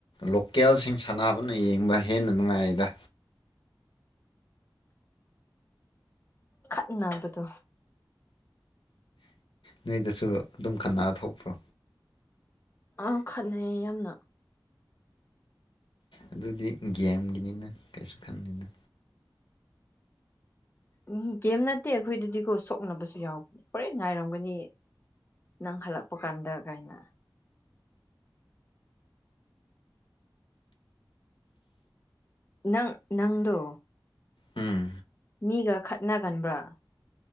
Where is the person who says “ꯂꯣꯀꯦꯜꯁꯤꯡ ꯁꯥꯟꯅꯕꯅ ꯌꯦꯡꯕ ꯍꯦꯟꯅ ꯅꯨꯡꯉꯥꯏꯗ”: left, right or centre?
Left